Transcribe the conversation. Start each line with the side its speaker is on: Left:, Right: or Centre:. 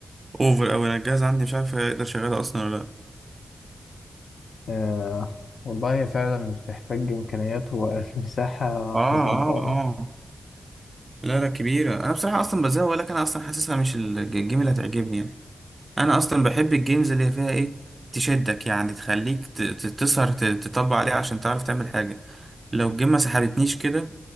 Right: اوفر اوي انا الجهاز عندي مش عارف اقدر اشغلها اصلا ولا لا
Left: آه... والله هي فعلا بتحتاج امكانيات ومساحه
Right: اه
Left: <laughs>
Right: اه
Left: جباره
Right: اه لا لا كبيرة انا بصراحة اصلا بزهق لك انا اصلا حاسسها مش ال- الجيم اللي هتعجبني يعني انا اصلا بحب الجيمز اللي فيها ايه تشدك يعني تخليك ت- ت- تسهر ت- تطبق عليها عشان تعرف تعمل حاجة لو الجيم ما سحبتنيش كده